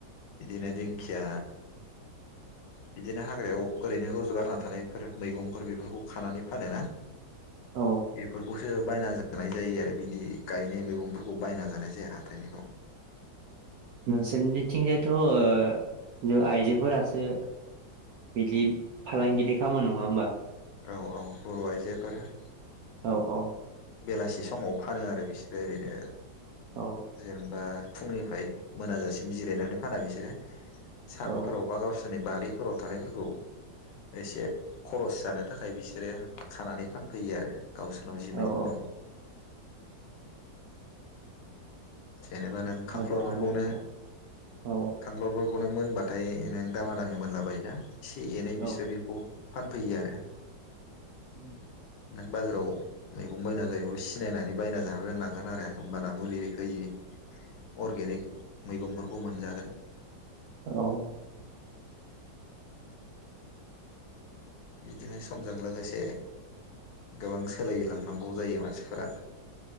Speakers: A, on the left (about 75°); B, on the right (about 75°).
A: बिदिनो दिंखिया बिदिनो हाग्रायाव ओरैनो रज' गारना थानायफोर मैगंफोर बेफोरखौ खानानै फानो ना
B: औ
A: बेफोरबो सो बायना जानाय जायो आरो बिदि गायनाय मैगंफोरखौ बायना जानाय जाया हाथथायनिखौ ।
B: नोंसोरनिथिंजाय थ' ओ आइजोफोरासो बिदि फालांगिरि खामो नङा होमबा?
A: औ औ बर' आइजोफोर ।
B: औ औ
A: बेलासि समाव फानो आरो बिसोरो ओरैनो
B: औ
A: जेनेबा फुंनिफ्राय मोनाजासिम जिरायनानै फाना बिसोरो । सानफोरावबा
B: औ
A: गावसोर बारिफोराव थानायफोरखौ एसे खरस जानो थाखाय बिसोरो खानानै फानफैयो आरो गावसोरनाव जि मैगं
B: औ औ
A: दं । जेनेबा नों खांख्लरफोरखौनो
B: मोजाङानो नोंथां औ
A: खांख्लरफोरखौ खौनो मोनबाथाय नों दामा दामि मोनलाबायायोना एसे एनै
B: औ
A: बिसोरो बेखौ फानफैयो आरो
B: <inaudible>
A: नों बाजाराव मैगं बायना जायोबा सिनायनानै बायना जानो रोंनांगोन आरो होमबाना मुलि होयै अर्गेनिक मैगंफोरखौ मोनजागोन
B: औ
A: बिदिनो समजों लोगोसे गोबां सोलायलांनांगौ जायो मानसिफोरा।